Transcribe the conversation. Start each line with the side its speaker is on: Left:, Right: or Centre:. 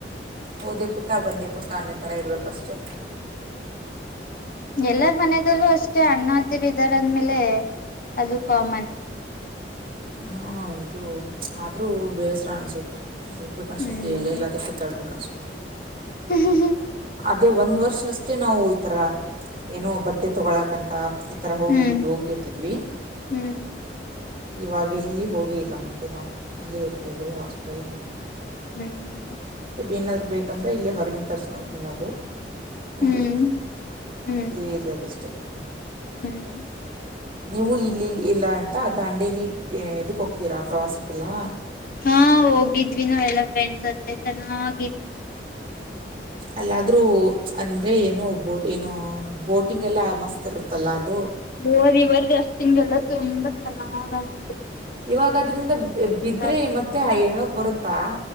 Right: ಹೋದೆ ಪುಟ್ಟ ಬಂದೇ ಪುಟ್ಟ ಅನ್ನೋ ತರ ಇರಬೇಕು ಅಷ್ಟೇ
Left: ಎಲ್ಲಾರ ಮನೆದಲ್ಲೂ ಅಷ್ಟೇ ಅಣ್ಣಾದಿರು ಇದಾರೆ ಅಂದ ಮೇಲೆ ಅದು ಕಾಮನ್
Right: ಹಾಂ ಇದು ಆದರೂ ಬೇಸರ ಅನಿಸುತ್ತೆ ಹೇಳಬೇಕು ಅನ್ಸುತ್ತೆ
Left: ಹ್ಮ್
Right: ಎಲ್ಲೆಲಾದರೂ ಸುತ್ತಾಡಬೇಕು ಆಸ್ಪತ್ರೆ
Left: ಹೂ-ಹೂ-ಹೂ
Right: ಅದೇ ಒಂದು ವರ್ಷ ಅಷ್ಟೇ ನಾವು ಈ ಥರ ಏನೋ ಬಟ್ಟೆ ತೋಗೋಳಕ ಅಂತ ಈ ಥರ ಹೋಗಿದ್ವಿ
Left: ಹ್ಮ್
Right: ಹೋಗಿದ್ವಿದಿ
Left: ಹ್ಮ್
Right: ಇವಾಗ ಎಲ್ಲಿ ಹೋಗೆ ಇಲ್ಲ ಮತ್ತೆ ನಾವು ಇಲ್ಲೇ ಇರತಿವಿ <unintelligible>
Left: ಹ್ಮ ಹ್ಮ್
Right: ಏನಾದ್ರು ಬೇಕಂದ್ರೆ ಇಲ್ಲೇ ಹೊರಗಿಂದು ತರಸ್ಕೊಂದು ತಿನ್ನೋದು ಮುಗಿತು
Left: ಹ್ಮ್ ಹ್ಮ್ ಹ್ಮ್
Right: <unintelligible>
Left: ಹ್ಮ್
Right: ನೀವು ಇಲ್ಲಿ ಇಲ್ಲ ಅಂತ ದಾಂಡೇಲಿ <unintelligible> ಇದಕ್ಕೆ ಹೋಗ್ತೀರಾ ಪ್ರವಾಸಕ್ಕೆಲ್ಲಾ
Left: ಹಾ ಹೋಗಿದ್ವಿ ನಾವ ಎಲ್ಲಾ ಫ್ರೆಂಡ್ಸ್ ಜೊತೆ ಚೆನ್ನಾಗಿ
Right: ಅಲ್ಲಾದ್ರೂ ಅಂದ್ರೆ ಏನೋ ಬೋಟ್ ಏನೋ ಬೋಟಿಂಗ ಎಲ್ಲಾ ಮಸ್ತ್ ಇರುತ್ತಲ್ಲ ಅದು
Left: <unintelligible> ಆಗಸ್ಟ್ ತಿಂಗಳಲ್ಲ ತುಂಬಾ ಚೆನ್ನಾಗಾಯಿತು
Right: ಇವಾಗ ಅದ್ರಿಂದ ಬಿದ್ರೆ
Left: ಆಗುತ್ತೆ
Right: ಮತ್ತೆ ಹೇಳಕ್ ಬರುತ್ತೆ ತ್ತಾ